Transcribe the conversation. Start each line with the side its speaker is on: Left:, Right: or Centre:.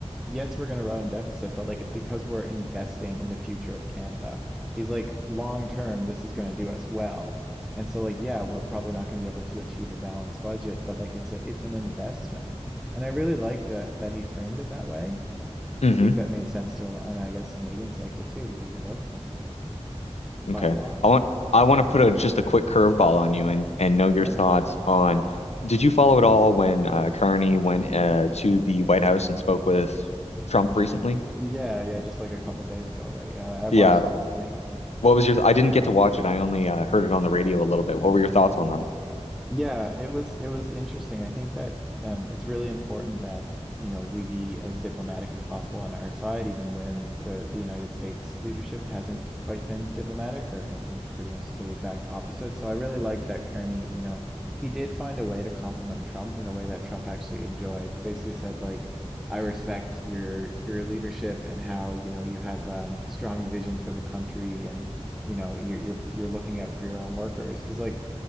Centre: yes, we're going to run a deficit, but like it's because we're investing in the future of Canada. He's like, long term, this is going to do us well. And so like, yeah, we're probably not going to be able to achieve a balanced budget, but like it's a, it's an investment. And I really liked that that he framed it that way.
Left: hmm
Centre: I think that made sense to a lot, and I guess Canadians liked it too because they voted for him by
Left: Okay.
Centre: a lot.
Left: I want I want to put a just a quick curveball on you and and know your
Centre: Sure.
Left: thoughts on. Did you follow it all when uh, Carney went uh, to the White House and spoke with Trump recently?
Centre: Yeah, yeah, just like a couple days ago, right? Yeah, I watched
Left: Yeah.
Centre: the whole thing. Yeah.
Left: What was your? I didn't get to watch it. I only uh, heard it on the radio a little bit. What were your thoughts on that?
Centre: Yeah, it was it was interesting. I think that um, it's really important that you know we be as diplomatic as possible on our side, even when the the United States leadership hasn't quite been diplomatic or has been pretty much the exact opposite. So I really like that Kearney, you know, he did find a way to compliment Trump in a way that Trump actually enjoyed. He basically said like, "I respect your your leadership and how you know you have um, a strong vision for the country and you know you're you're you're looking out for your own workers." Because like